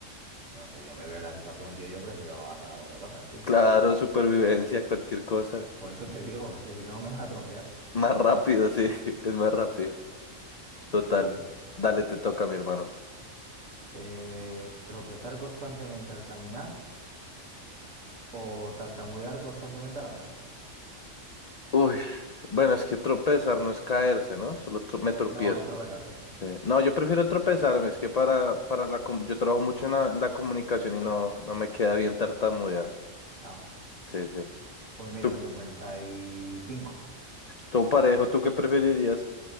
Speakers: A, on the right; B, on the left.
A: No sé, yo me veo en la situación, tío, yo prefiero andar a cuatro patas, tío.
B: Claro, supervivencia, cualquier cosa.
A: Por eso te digo, es que si no me van a atropellar.
B: Más rápido, sí, <laughs> es más rápido. Total,
A: Sí.
B: dale, te toca, mi hermano.
A: Eh, tropezar constantemente al caminar o tartamudear constantemente al hablar.
B: Uy, bueno, es que tropezar no es caerse, ¿no? Solo tro- me tropiezo.
A: No, es tropezarse.
B: Sí. No, yo prefiero tropezarme, es que para, para la... com- Yo trabajo mucho en la, en la comunicación y no, no me queda bien tartamudear.
A: Ah,
B: Sí, sí.
A: pues mira,
B: ¿Tú,
A: el cincuenta y cinco
B: Todo parejo, ¿tú qué preferirías?